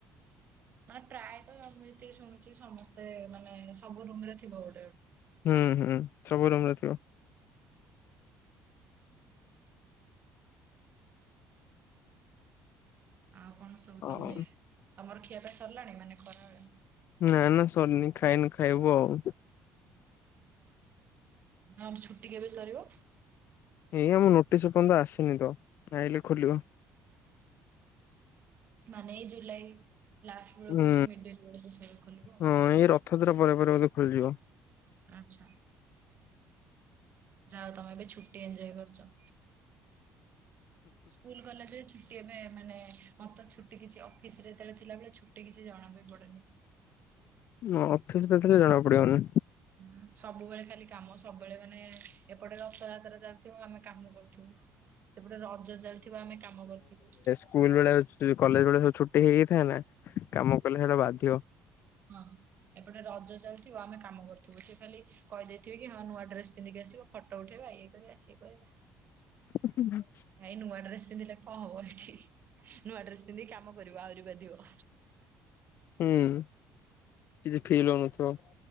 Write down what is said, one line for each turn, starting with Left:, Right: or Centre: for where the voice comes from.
Right: ନା ପ୍ରାୟତ ମୁଁ ଯେତିକି ଶୁଣୁଛି ସମସ୍ତେ ମାନେ ସବୁ ରୁମ୍ ରେ ଥିବ ଗୋଟେ ଗୋଟେ
Left: ହୁଁ, ହୁଁ, ସବୁ ରୁମ୍ ରେ ଥିବ।
Right: ଆଉ କଣ ସବୁ ତୋମେ
Left: ଓ
Right: ତୋମର ଖିଆ ପିଆ ସରିଲାଣି ମାନେ ଖରାବେଳେ?
Left: ନା ନା ସରିନି, ଖାଇନୁ ଖାଇବୁ ଆଉ।
Right: <unintelligible> ଛୁଟି କେବେ ସରିବ?
Left: ଏଇ ଆମ ନୋଟିସ୍ ଏପନ୍ତ ଆସିନି ତ ଆଇଲେ ଖୋଲିବ।
Right: ମାନେ ଏଇ ଜୁଲାଇ ଲାଷ୍ଟ୍ ବେଳକୁ
Left: ଉଁ
Right: କି ମିଡିଲ୍ ବେଳକୁ ସବୁ ଖୋଲିବ ଆଉ।
Left: ହଁ <unintelligible> ପରେ ପରେ ବୋଧେ ଖୋଲିଯିବ।
Right: ଆଚ୍ଛା। ଯାଅ ତୋମେ ଏବେ ଛୁଟି ଏନଜୟ କରୁଛ। ସ୍କୁଲ୍ କଲେଜ୍ ରେ ଛୁଟି ଏବେ ମାନେ ମୋତେ ଛୁଟି କିଛି ଅଫିସ୍ ରେ ଯେତେବେଳେ ଥିଲାବେଳେ ଛୁଟି କିଛି ଜଣା ବି ପଡେନି।
Left: ନା ଅଫିସ୍ ରେ ଥିଲେ ଜଣା ପଡିବନି।
Right: ହଁ ସବୁବେଳେ ଖାଲି କାମ ସବୁବେଳେ ମାନେ ଏପଟେ ରଥଯାତ୍ରା ଚାଲିଥିବ ଆମେ କାମ କରଥିବୁ। ସେପଟେ ରଜ ଚାଲିଥିବ ଆମେ କାମ କରଥିବୁ।
Left: ସ୍କୁଲ୍ ବେଳେ ସେ ଯୋଉ କଲେଜ୍ ବେଳେ ସବୁ ଛୁଟି ହେଇଯାଇଥାଏ ନା କାମ କଲେ ସେଟା ବାଧିବ।
Right: ହଁ ଏପଟେ ରଜ ଚାଲିଥିବ ଆମେ କାମ କରଥିବୁ। ସେ ଖାଲି କହିଦେଇଥିବି କି ହଁ ନୂଆ ଡ୍ରେସ୍ ପିନ୍ଧିକି ଆସିବ ଫଟୋ ଉଠେଇବା ଇଏ କରିବା ସିଏ କରିବା।
Left: <inaudible>
Right: ଭାଇ ନୂଆ ଡ୍ରେସ୍ ପିନ୍ଧିଲେ କଣ ହବ ଏଠି। ନୂଆ ଡ୍ରେସ୍ ପିନ୍ଧିକି କାମ କରିବ ଆହୁରି ବାଧିବ।
Left: ହୁଁ, କିଛି ଫିଲ୍ ହଉନଥିବ